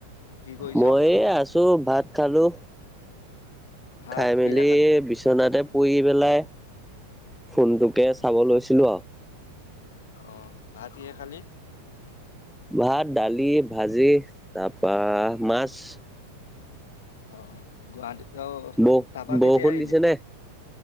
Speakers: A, on the left; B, in the centre.
A: কি কৰিছ?
B: মই আছো ভাত খালো।
A: ভাত
B: খাই মেলি
A: কিহে খালি?
B: বিচনাতে কৰি পেলাই ফোনটোকে চাব লৈছিলোঁ আৰু,
A: অভাতকিহে খালি।
B: ভাত দালি ভাজি তাৰপা মাছ।
A: অ গুৱাহাটীত অ
B: বৌ
A: তাপা
B: বৰষুণ
A: কেতিয়া আহিলি
B: দিছে নে?